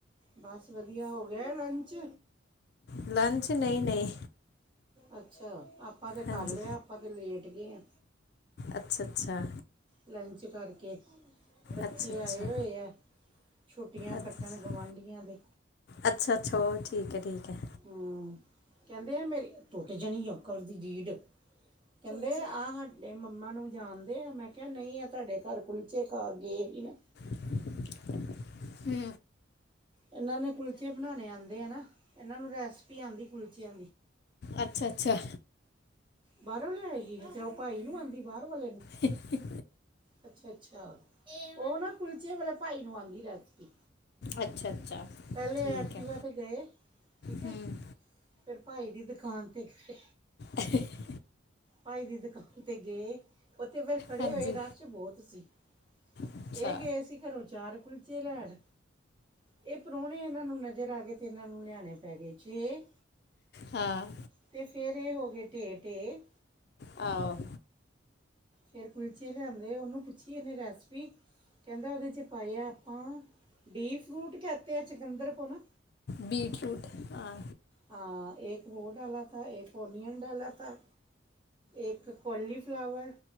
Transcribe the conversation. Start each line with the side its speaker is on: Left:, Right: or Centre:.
Right: ਬਸ ਵਧੀਆ, ਹੋ ਗਿਆ ਲੰਚ?
Left: ਲੰਚ ਨਹੀਂ- ਨਹੀਂ।
Right: ਅੱਛਾ, ਆਪਾਂ ਤਾਂ
Left: ਹਾਂਜੀ
Right: ਕਰ ਲਿਆ। ਆਪਾਂ ਤਾਂ ਲੇਟ ਗਏ ਹਾ।
Left: ਅੱਛਾ- ਅੱਛਾ।
Right: ਲੰਚ ਕਰਕੇ। ਬੱਚੇ
Left: ਅੱਛਾ
Right: ਆਏ
Left: ਅੱਛਾ
Right: ਹੋਏ ਹੈ, ਛੁੱਟੀਆਂ
Left: ਅੱਛ-
Right: ਕੱਟਣ ਗੁਆਂਢੀਆਂ ਦੇ।
Left: ਅੱਛਾ- ਅੱਛਾ ਹੋ ਠੀਕ ਹੈ- ਠੀਕ ਹੈ।
Right: ਹੂੰ, ਕਹਿੰਦੇ ਆ ਮੇਰੀ ਟੁੱਟ ਜਾਣੀ ਅੰਕਲ ਦੀ ਰੀੜ। ਕਹਿੰਦੇ ਆਹ ਸਾਡੇ ਮੰਮਾ ਨੂੰ ਜਾਣਦੇ ਆ। ਮੈਂ ਕਿਹਾ ਨਹੀਂ ਆ ਤੁਹਾਡੇ ਘਰ ਕੁੱਲ। ਬੱਚੇ ਖਾਗੇ ਵੀ ਨਾ।
Left: <inaudible> ਹੂੰ।
Right: ਇਹਨਾਂ ਨੇ ਕੁਲਚੇ ਬਣਾਉਣੇ ਆਉਂਦੇ ਹੈ ਨਾ। ਇਹਨਾਂ ਨੂੰ ਰੈਸਪੀ ਆਉਂਦੀ ਕੁਲਚਿਆਂ ਦੀ।
Left: ਅੱਛਾ- ਅੱਛਾ।
Right: ਬਾਹਰੋ ਲਿਆ ਆਈ ਸੀ, ਹ ਚ ਉਹ ਭਾਈ ਨੂੰ ਆਉਂਦੀ ਬਾਹਰ ਵਾਲੇ ਨੂੰ
Left: ਹ <unintelligible>
Right: ਅੱਛਾ- ਅੱਛਾ ਉਹ ਨਾ ਕੁਲਚੇ ਵਾਲ ਭਾਈ ਨੂੰ ਆਉਂਦੀ ਰੈਸਪੀ।
Left: ਅੱਛਾ- ਅੱਛਾ।
Right: ਪਹਿਲੇ
Left: ਠੀਕ
Right: ਐਕਟਿਵਾ
Left: ਹੈ
Right: ਤੇ ਗਏ, ਠੀਕ ਹੈ।
Left: ਹੂੰ
Right: ਫੇਰ ਭਾਈ ਦੀ, ਦੁਕਾਨ ਤੇ ਗਏ।
Left: ਹ <unintelligible>
Right: ਭਾਈ ਦੀ ਦੁਕਾਨ ਤੇ ਗਏ, ਉਥੇ ਫੇਰ ਖੜੇ
Left: ਹਾਂਜੀ
Right: ਹੋਏ ਰਸ਼ ਬਹੁਤ ਸੀ।
Left: ਅੱਛਾ
Right: ਇਹ ਗਏ ਸੀ ਘਰੋਂ ਚਾਰ ਕੁਲਚੇ ਲੈਣ ਇਹ ਪ੍ਰਾਹੁਣੇ ਇਹਨਾਂ ਨੂੰ ਨਜ਼ਰ ਆ ਗਏ। ਤੇ ਇਹਨਾਂ ਨੂੰ ਲਿਆਣੇ ਪੈਗ ਛੇ
Left: ਹਾਂ
Right: ਤੇ ਫਿਰ ਇਹ ਹੋ ਗਏ ਢੇ ਢੇ
Left: ਆਹ
Right: ਫਿਰ ਕੁਲਚੇ ਲਿਆਂਦੇ ਉਹਨੂੰ ਪੁੱਛੀ ਇਹਨੇ ਰੈਸਪੀ ਕਹਿੰਦਾ ਉਹਦੇ 'ਚ ਪਾਇਆ ਹਾਂ ਡੀ ਫਰੂਟ ਕਹਿਤੇ ਆ ਚਿਕੰਦਰ ਕੋ ਨਾ
Left: ਬੀਟਰੂਟ ਹਾਂ
Right: ਹਾਂ ਇੱਕ ਵੋ ਡਾਲਾ ਥਾਂ ਇੱਕ ਓਨੀਅਨ ਡਾਲਾ ਥਾਂ ਇੱਕ ਕੋਲੀਫਲਾਵਰ